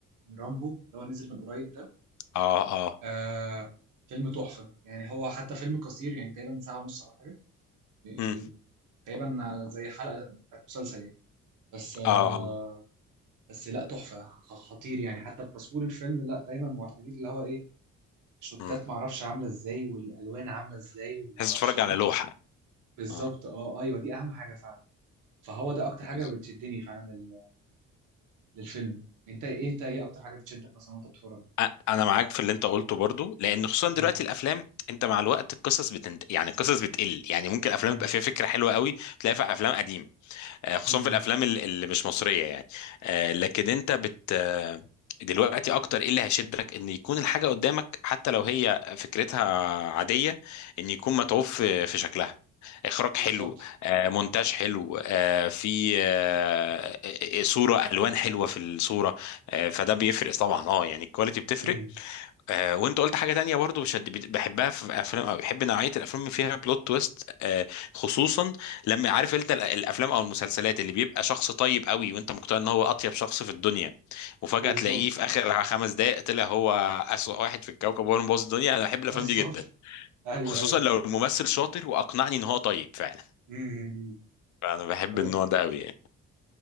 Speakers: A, on the right; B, on the left.
A: رامبو اللي هو نزل من قريب ده
B: اه اه
A: آه فيلم تحفه يعني هو حتى فيلم قصير يعني تقريبا ساعه ونص او حاجه يعني
B: مم.
A: تقريبا زي حلقه بتاعت مسلسل يعني بس آه
B: اه اه
A: بس لا تحفه خ- خطير يعني حتى بتصوير الفيلم لا دايما معتمدين اللي هو ايه شوتات
B: مم.
A: معرفش عامله ازاي والالوان عامله ازاي ومعرفش
B: تحس تتفرج
A: ايه
B: على لوحه
A: بالظبط
B: اه
A: اه ايوه دي اهم حاجه فعلا فهو ده اكتر
B: بالظبط.
A: حاجه بتشدني فعلا لل- للفيلم انت ايه انت ايه اكتر حاجه بتشدك مثلا وانت بتتفرج
B: أ- انا معاك في اللي انت قلته برضو لان خصوصا دلوقتي
A: امم
B: الافلام انت مع الوقت القصص بتنت... يعني القصص بتقل يعني ممكن الافلام
A: امم
B: بيبقى فيها فكره حلوه قوي تلاقيها في افلام قديمه آه، خصوصا
A: امم
B: في الافلام ال- اللي مش مصريه يعني آه، لكن انت بت آه، دلوقتي اكتر ايه اللي هيشدك ان يكون الحاجه قدامك حتى لو هي فكرتها عاديه ان يكون متعوب في في شكلها اخراج
A: بالظبط
B: حلو آه، مونتاج حلو آه، في آه، آه، صوره الوان حلوه في الصوره آه، فده بيفرق طبعا اه يعني الكواليتي بتفرق
A: امم
B: آه وانت قلت حاجه تانية برضو بشد بحبها في افلام او بحب نوعيه الافلام اللي فيها بلوت تويست آه خصوصا لما عارف انت ال- الافلام او المسلسلات اللي بيبقى شخص طيب قوي وانت مقتنع ان هو اطيب شخص في الدنيا وفجاه
A: بالظبط
B: تلاقيه في اخر <laughs> خمس دقائق طلع هو اسوأ واحد في الكوكب وهو اللي مبوظ الدنيا انا بحب
A: بالظبط
B: الافلام دي جدا
A: <laughs> ايوه
B: خصوصا
A: ايوه
B: لو الممثل شاطر واقنعني ان هو طيب فعلا
A: امم
B: فانا بحب
A: طب
B: النوع ده قوي يعني